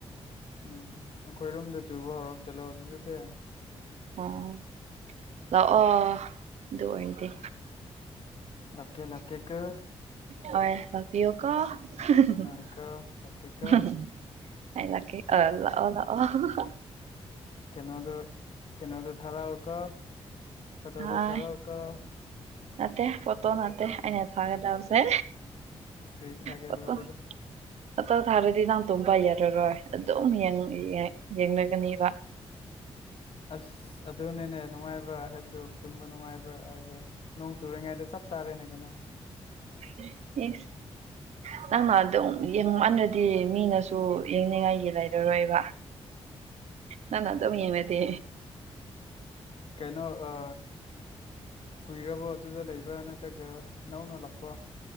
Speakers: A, on the left; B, on the right.
A: ꯎꯝ ꯑꯩꯈꯣꯏꯔꯣꯝꯗ ꯆꯨꯕ ꯍꯧꯔꯞ ꯆꯠꯂꯣꯑꯣ ꯑꯗꯨꯗꯤ
B: ꯑꯣ ꯂꯥꯛꯑꯣ ꯑꯗꯨ ꯑꯣꯏꯔꯗꯤ
A: ꯂꯥꯛꯀꯦ ꯂꯥꯛꯀꯦ ꯀꯣ
B: ꯍꯣꯏ ꯄꯤꯌꯨꯀꯣ <unintelligible>
A: ꯂꯥꯛꯀꯦꯀꯣ ꯂꯥꯛꯀꯦꯀꯣ
B: ꯑ ꯂꯀꯦ ꯑ ꯂꯥꯑꯣ ꯂꯥꯑꯣ
A: ꯀꯩꯅꯣꯗꯨ ꯀꯩꯅꯣꯗꯨ ꯊꯥꯔꯛꯎꯀꯣ ꯐꯣꯠꯇꯣꯗꯨ
B: ꯍꯥꯏ
A: ꯊꯥꯔꯛꯎꯀꯣ
B: ꯅꯠꯇꯦ ꯐꯠꯇꯣ ꯅꯠꯇꯦ ꯑꯩꯅ ꯊꯥꯒꯗꯕꯁꯦ
A: ꯀꯔꯤ ꯊꯥꯒꯦꯕ꯭ꯔꯣ
B: ꯐꯣꯠꯇꯣ
A: ꯑꯗꯨꯗꯤ
B: ꯇꯇꯧ ꯊꯥꯔꯗꯤ ꯅꯪ ꯇꯨꯝꯕ ꯌꯥꯔꯔꯣꯏ ꯑꯗꯨꯝ <unintelligible> ꯌꯦꯡꯅꯒꯅꯦꯕ
A: ꯑꯁ ꯑꯗꯨꯅꯦꯅꯦ ꯅꯨꯡꯉꯥꯏꯕ ꯍꯥꯏꯕꯗꯨ ꯇꯨꯝꯕ ꯅꯨꯡꯉꯥꯏꯕ <unintelligible> ꯅꯣꯡ ꯆꯨꯔꯤꯉꯩꯗ ꯆꯞ ꯆꯥꯔꯦꯅꯦ ꯀꯩꯅꯣ
B: <unintelligible> ꯅꯪꯅ ꯑꯗꯨꯝ ꯌꯦꯡꯃꯟꯂꯗꯤ ꯃꯤꯅꯁꯨ ꯌꯦꯡꯅꯤꯡꯉꯥꯏꯒꯤ ꯂꯩꯔꯔꯣꯏꯕ ꯅꯪꯅ ꯑꯗꯨꯝ ꯌꯦꯡꯂꯥꯗꯤ
A: ꯀꯩꯅꯣ ꯑ ꯀꯨꯏꯔꯕꯣ ꯑꯗꯨꯗ ꯂꯩꯕ ꯅꯠꯇ꯭ꯔꯒ ꯅꯧꯅ ꯂꯥꯛꯄ꯭ꯔꯣ